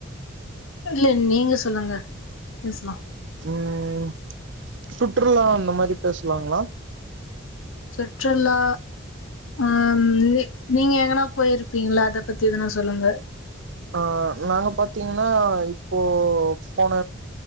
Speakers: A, on the left (about 80°); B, on the right (about 65°).
A: இல்ல நீங்க சொ சொல்லுங்க பேசலாம்-
B: ம் சுற்றுலா அந்த மாதிரி பேசலாங்களா-
A: சுற்றலா உம் நீ நீங்க எங்கன்னா போயிருப்பீங்களா அத பத்தி எதனா சொல்லுங்க
B: ஆ நாங்க பாத்தீங்கன்னா இப்போ போன